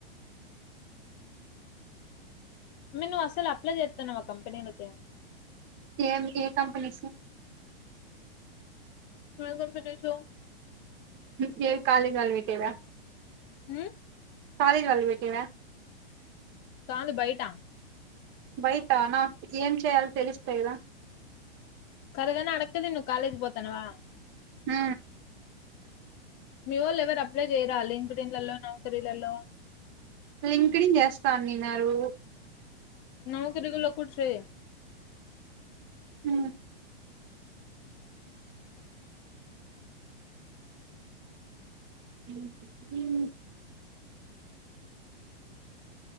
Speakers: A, on the left; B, on the right.
A: మ నువ్ అస్సల్ అప్లయ్ జేత్తున్నవా కంపెనీలకీ
B: యేం ఏ కంపనీసు
A: నువ్ ఏం కంప్లీట్ చేసావ్
B: <unintelligible> కాలేజ్ వాళ్లు వెట్టిర్ర
A: ఉమ్,
B: కాలేజ్ వాళ్లు బెట్టిర్రా
A: కాలు బయట
B: బయటా నాకు ఏం చేయలో తెలిస్తే కదా
A: కర్రిదాన అడక్కతిను కాలేజ్కి పోతానవా
B: ఉ
A: మీ వొళ్ళు ఎవరు అప్లై చేయరా లింక్డిన్ లల్లో నౌకారి లల్లో
B: లింక్డిన్ చేస్తానిన్నారు
A: నౌకరి లో కూడా ట్రై
B: ఉ ఉ ఉ